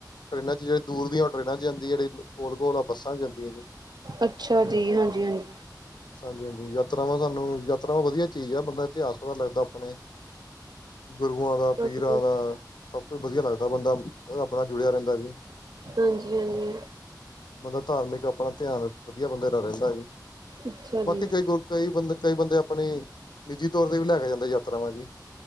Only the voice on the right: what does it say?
ਅੱਛਾ ਜੀ ਹਾਂਜੀ ਹਾਂਜੀ।
ਹਾਂਜੀ
ਹਾਂਜੀ ਹਾਂਜੀ।
ਅੱਛਾ
ਜੀ